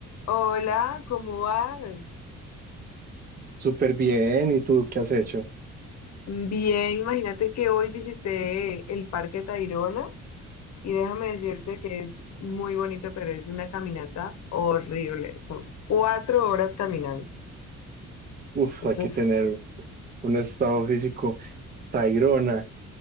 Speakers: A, on the left; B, on the right.
A: Hola, ¿cómo vas?
B: Súper bien, ¿y tú qué has hecho?
A: Bien, imagínate que hoy visité el Parque Tayrona y déjame decirte que es muy bonito, pero es una caminata horrible. Son cuatro horas caminando.
B: Uf,
A: Eso
B: hay que
A: es,
B: tener un estado físico Tayrona,